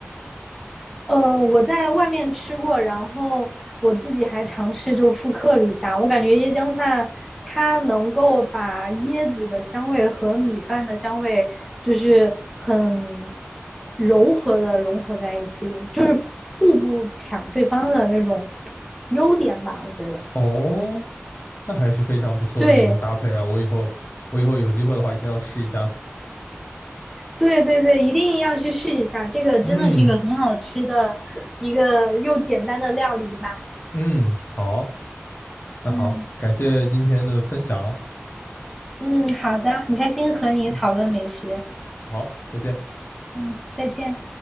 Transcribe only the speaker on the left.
哦。那还是非常不错的一种搭配啊！
我以后我以后有机会的话，一定要试一下。
嗯嗯，好，那好，
感谢今天的分享。
嗯，好，再见。